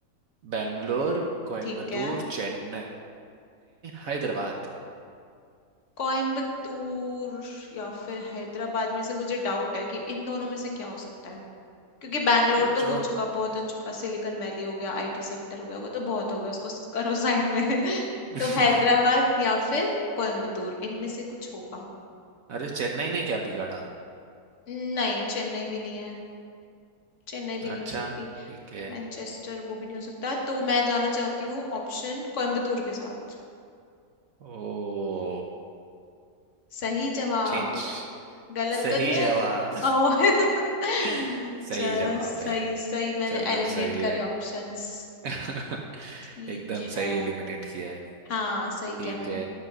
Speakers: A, on the right; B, on the left.
A: बेंगलोर कोयम्बतूर
B: ठीक है
A: चेन्नई हैदराबाद
B: कोयम्बतूर या फिर हैदराबाद में से मुझे डाउट है कि इन दोनों में से क्या हो सकता है क्योंकि बैंगलोर
A: सोचो
B: तो हो चुका बहुत हो चुका सिलिकॉन वैली हो गया आईटी सेक्टर हो गया वो तो बहुत हो गया उसको स- करो साइड में <laughs>
A: <laughs>
B: तो हैदराबाद या फिर कोयम्बतूर इनमें से कुछ होगा
A: अरे चेन्नई ने क्या बिगाड़ा
B: नहीं चेन्नई भी नहीं है चेन्नई भी
A: अच्छा
B: नहीं हो सकती
A: ठीक है
B: मैनचेस्टर वो भी नहीं हो सकता तो मैं जाना चाहती हूँ ऑप्शन कोयम्बतूर के साथ
A: ओ
B: सही जवाब
A: चिंच
B: गलत
A: सही
B: तो नहीं
A: जवाब
B: है ओ <laughs>
A: <laughs> सही
B: चलो
A: जवाब
B: सही
A: है
B: सही मैंने
A: चलो
B: एलिमिनेट
A: सही है
B: करे ऑप्शंस
A: <laughs> एकदम
B: ठीक है
A: सही एलिमिनेट किया है
B: हाँ सही किया
A: ठीक
B: मैंने
A: है